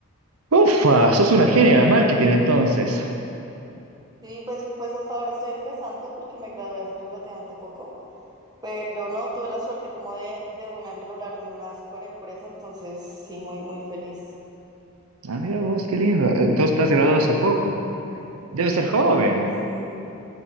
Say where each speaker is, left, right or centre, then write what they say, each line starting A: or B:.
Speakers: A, on the right (about 80°); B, on the right (about 20°).
A: Ufa, sos una genia de marketing entonces.
B: Sí, pues, pues hasta ahora estoy empezando porque me gradué hace relativamente poco, pero no, tuve la suerte como de, de una enrolarme en una super empresa, entonces sí, muy, muy feliz.
A: Ah, mira vos, qué lindo. Entonces estás graduado hace poco. Debes ser joven.
B: Mm.